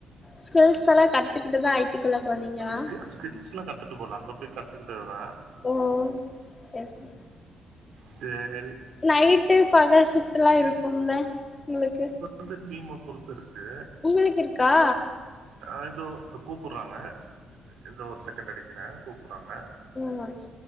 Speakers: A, on the left; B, on the right.
A: ஸ்கில்ஸ் எல்லா கத்துக்கிட்டுதா ஐ டி க்குள்ள போனீங்களா
B: ஸ்கில்ஸ் எல்லா கத்துட்டு போகல அங்க போய் கத்துக்கிட்டதுதா
A: ம் செரி
B: சேரி
A: நைட்டு பகல் ஷிப்ட்லா இருக்கும்ல உங்களுக்கு
B: அது டீம பொறுத்திருக்கு
A: உங்களுக்கு இருக்கா
B: ஆ இதோ இத கூப்பிடுறாங்க இதோ ஒரு செகண்ட் அடிக்கிறே கூப்பறாங்க
A: ம் ஆச்